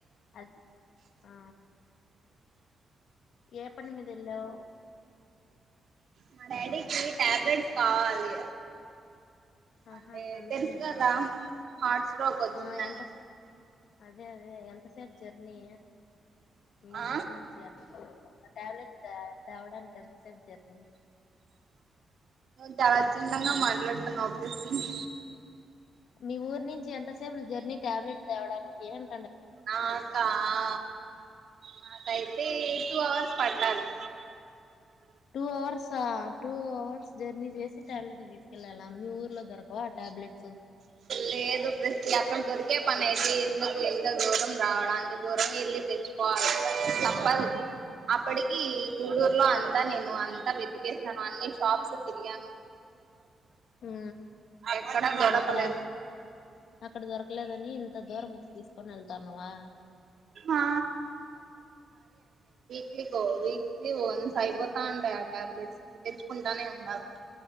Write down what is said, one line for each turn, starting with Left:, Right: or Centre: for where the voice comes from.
Left: అది ఆ ఏ పని మీదేళ్లవు
Right: మా డాడీకి టాబ్లెట్స్ కావాలి.
Left: ఆహా
Right: అంటే
Left: అందుకని
Right: తెలుసు
Left: ఎల్లావా
Right: కదా హార్ట్ స్ట్రోక్ వచ్చిందని
Left: ఆ ఎంత అదే అదే ఎంతసేపు జర్నీ. మీ
Right: ఆ
Left: ఊరు నుంచి అకో టాబ్లెట్ తేవడానికి ఎంతసేపు జర్నీ
Right: చాలా చిిన్నంగా మాట్లాడుతున్నావు అనిపిస్తుంది
Left: మీ ఊరి నించి చి ఎంత సేపు జర్నీ ట్యాబ్లెట్ తేవడానికి అన్
Right: ఆ అక్క ఆ మాకైతే టూ అవర్స్ పడతంది
Left: two hours two hours journey చేసి టాబ్లెట్లు తీసుకెళ్ళాలా మీ ఊర్లో దొరకవా ఆ టాబ్లెట్
Right: లేదు రస్కి అక్కడ దొర్ ఇదే పని అయితే ఎందుకు ఇంత. దూరం రావాలి అంత దూరం వెళ్ళి తెచ్చుకోవాలి తప్పదు అప్పటికి గూడూరులో. నేను అంతా వెతికేసాను అన్ని షాప్స్ తిరిగాం
Left: ఊహూ.
Right: ఎక్కడ దొరకలేదు
Left: అక్కడ అక్కడ దొరకలేదని ఇంత దూరం వచ్చి తీసుకొని వెళ్తాన్నావా
Right: ఆ వీకు వీక్లీ వన్స్ అయిపోతా ఉంటాయి టాబ్లెట్స్ తెచ్చుకుంటానే ఉండాలి